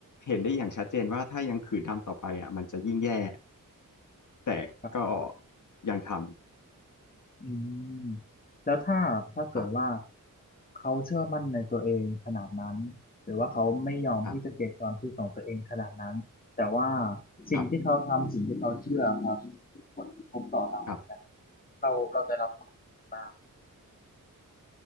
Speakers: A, on the left; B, on the left.
A: เห็นได้อย่างชัดเจนว่าถ้ายังขืนทำต่อไปอ่ะมันจะยิ่งแย่แต่ก็
B: แบบ
A: ยังทำ
B: อืมแล้วถ้าถ้าเกิดว่า
A: ครับ
B: เขาเชื่อมั่นในตัวเองขนาดนั้นหรือว่าเขาไม่ยอมที่จะเปลี่ยนความคิดของตัวเองขนาดนั้นแต่ว่า
A: ครับ
B: สิ่งที่เขาทำสิ่งที่เขาเชื่อครับมีผลกระทบต่อเราเนี่ย
A: ครับครับ
B: เราเราจะรับผลยังไงบ้าง